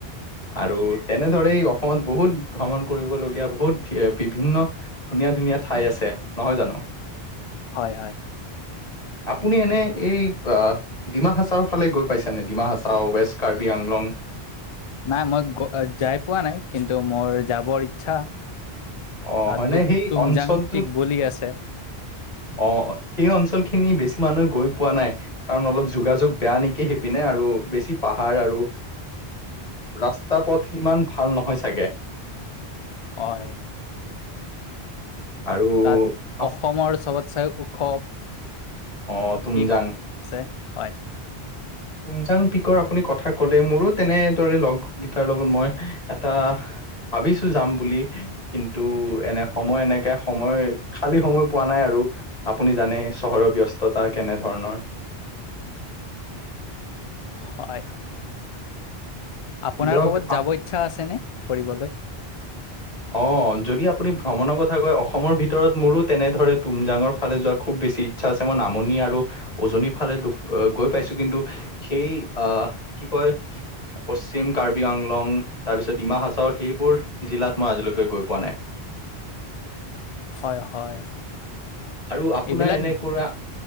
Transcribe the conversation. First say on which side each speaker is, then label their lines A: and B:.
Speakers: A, on the left; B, on the left.
A: আৰু তেনেদৰেই অসমত বহুত ভ্ৰমণ কৰিবলগীয়া বহুত বিভিন্ন ধুনীয়া ধুনীয়া ঠাই আছে নহয় জানো।
B: হয় হয়
A: আপুনি এনে এই আহ ডিমা হাচাও ফালে গৈ পাইছে নে ডিমা হাচাও, ৱেষ্ট কাৰ্বি আংলং
B: নাই মই যাই পোৱা নাই কিন্তু মোৰ যাবৰ ইচ্ছা
A: অ
B: আৰু
A: হয়নে
B: তু
A: সেই
B: তুমজাং
A: অঞ্চলটোত
B: পিক বুলি আছে।
A: অ সেই অঞ্চল খিনি বেছি মানুহে গৈ পোৱা নাই। কাৰণ অলপ যোগাযোগ বেয়া নেকি সেইপিনে আৰু বেছি পাহাৰ আৰু ৰাস্তা পথ সিমান ভাল নহয় চাগে।
B: হয়।
A: আৰু-
B: তাত
A: আপ-
B: অসমৰ চবতচাই ওখ
A: অ তুমজাং
B: পিক আছে, হয়।
A: তুংজাং পিকৰ আপুনি কথা কলে। মোৰো তেনেদৰে লগ গিটাৰ লগত মই এটা- ভাবিছো যাম বুলি। কিন্তু এনে সময় এনেকে সময় খালী সময় পোৱা নাই আৰু। আপুনি জানে চহৰৰ ব্যস্ততা কেনে ধৰণৰ!
B: হয়, হয়। আপোনাৰ
A: দিয়ক
B: ক'ৰবাত
A: আপ-
B: যাব ইচ্ছা আছেনে ফুৰিবলৈ?
A: অঁ, যদি আপুনি ভ্ৰমণৰ কথা কয় অসমৰ ভিতৰত মোৰো তেনে ধৰে তুমজাঙৰ ফালে যোৱা খুব বেছি - ইচ্ছা আছে। মই নামনি আৰু উজনিৰ ফালে দু গৈ পাইছো কিন্তু- সেই আ কি কয়? পশ্চিম কাৰ্বি আংলং তাৰ পিছত ডিমা হাছাও সেইবোৰ জিলাত মই আজিলৈকে গৈ পোৱা নাই।
B: হয়, হয়।
A: আৰু আপোনাৰ
B: এইবিলাক
A: এনেকুৱা,